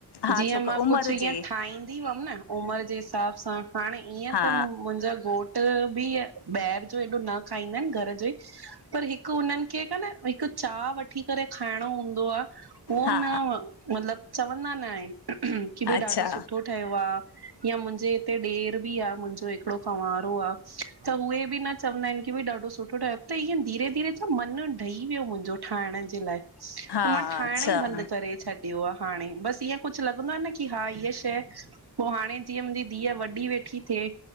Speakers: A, on the left; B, on the right.
A: हा
B: जीअं
A: छोक
B: मां
A: उमिरि
B: कुछ ईअं
A: जे
B: ठाहदीं हुयम न उमरि जे हिसाब सां हाणे ईअं
A: हा
B: त मुहिंजो घोट घ बि ॿाहरि जो हेॾो न खाईंदा आहिन घर जो पर हिक हुननि खे क न हिक चाह वठी करे खाइणो हूंदो आ उहो
A: हा
B: न मतिलब चवंदा न आहिन की भई
A: अच्छा
B: ॾाढो सुठो। ठयो आ मुहिंजे हिते ॾेर भी आ मुहिंजो हिकिड़ो कंवार त उवे भी न चवंदा आहिन की ॾाढो सुठो ठहयों धीरे धीरे त मन डही वयो मुहिंजो ठाहिण जे लाइ त
A: हा
B: मां ठाहिण
A: अच्छा
B: ई बंद करे छॾि छडियो हा हाणे बस ईअं कुछ लॻंदो आहे न की हा हीअ शइ पो हाणे जीअं मुहिंजी धीय वॾ वॾी वेठी थिए